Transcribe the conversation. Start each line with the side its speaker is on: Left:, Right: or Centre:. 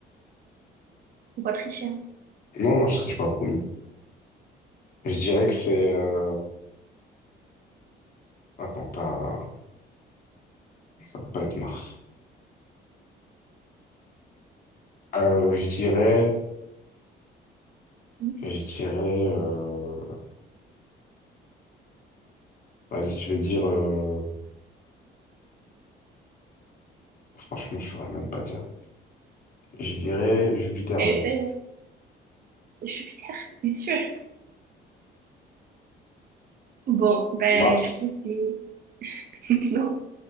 Right: faut pas tricher, hein.
Left: non, non, je triche pas, promis. Je dirais que c'est... euh, Attends, pas... ça peut pas être Mars. Euh, je dirais...
Right: Mhm.
Left: Je dirais... euh, Vas-y, je vais dire... euh, Franchement, je saurais même pas dire. Je dirais Jupiter,
Right: Essaye,
Left: vas-y.
Right: Jupiter, c'est sûr. Bon, bah,
Left: Mars,
Right: du coup, c'est. <laughs> Non.